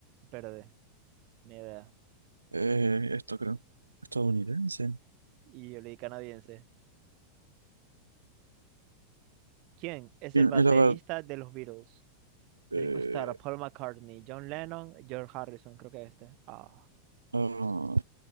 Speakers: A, on the right; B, on the right.
A: Perdón, ni idea.
B: Eh, esto creo. Estadounidense.
A: Y yo le di canadiense. ¿Quién es
B: Bien,
A: el baterista
B: El, abad,
A: de los Beatles? Ringo
B: eh,
A: Starr, Paul McCartney, John Lennon, George Harrison, creo que este. Ah,
B: ah,